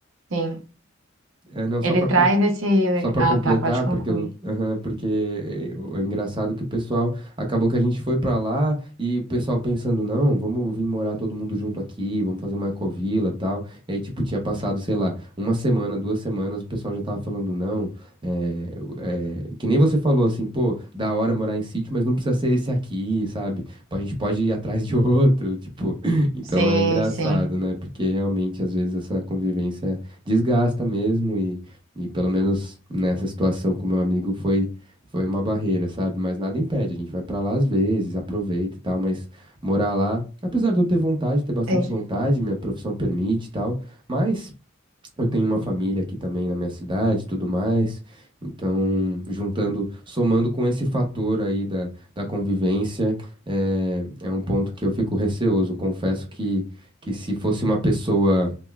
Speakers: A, on the right (about 75°); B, on the right (about 25°).
A: sim,
B: é, não
A: ele
B: só para
A: traz esse.
B: só para
A: Ah,
B: completar,
A: tá, pode concluir.
B: porque, eu- aham, porque eh, o- é engraçado que o pessoal acabou que a gente foi para lá e o pessoal pensando, não, vamos vir morar todo mundo junto aqui, vamos fazer uma ecovila e tal. E aí, tipo, tinha passado, sei lá, uma semana, duas semanas, o pessoal já tava falando, não, eh, o- eh, que nem você falou assim, pô, da hora morar em sítio, mas não precisa ser esse aqui, sabe? Pô, A gente pode ir atrás de outro, <laughs> tipo. Então
A: Sim,
B: é engraçado,
A: sim.
B: né? Porque realmente, às vezes, essa convivência desgasta mesmo e pelo menos nessa situação com meu amigo foi foi uma barreira, sabe? Mas nada impede, a gente vai pra lá às vezes, aproveita e tal, mas morar lá, apesar de eu ter vontade, ter bastante
A: Entendi.
B: vontade, minha profissão permite e tal, mas eu tenho uma família aqui também na minha cidade, e tudo mais. Então, juntando, somando com esse fator aí da, da convivência, é, é um ponto que eu fico receoso. Confesso que que se fosse uma pessoa